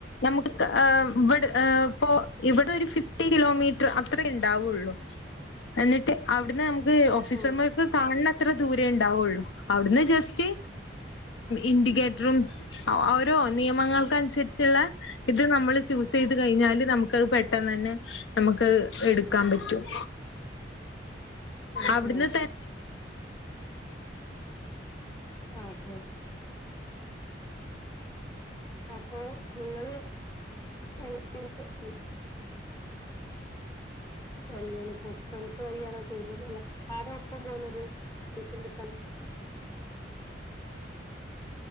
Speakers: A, on the left; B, on the left.
A: നമുക്ക് ഏഹ് ഇവിടെ ഏഹ് പോ ഇവിടെ ഒരു ഫിഫ്റ്റി കിലോമീറ്റർ അത്രേ ഉണ്ടാവുള്ളൂ. എന്നിട്ട് അവിടുന്ന് നമുക്ക് ഓഫീസർമാർക്ക്
B: ഉം
A: കാണണ അത്ര ദൂരേ ഉണ്ടാവുള്ളു. അവിടുന്ന് ജസ്റ്റ് ഇൻഡിക്കേറ്ററും ഓരോ നിയമങ്ങൾക്കനുസരിച്ചുള്ള ഇത് നമ്മള് ചൂസ് ചെയ്ത് കഴിഞ്ഞാല് നമുക്ക്ത് പെട്ടെന്ന് തന്നെ നമുക്ക് എടുക്കാൻ പറ്റും.
B: ഉഹ്
A: അവിടുന്ന്
B: ഉഹ്
A: തന്നെ
B: ആഹ് അതെ അപ്പോ നിങ്ങള് <unintelligible> എന്തേലും ഇപ്പൊ ഫ്രണ്ട്സ് വഴിയാണോ ചെയ്തത്? അല്ല ആരാ ഒപ്പം പോന്നത്. <unintelligible> ട്യൂഷൻ എടുക്കാൻ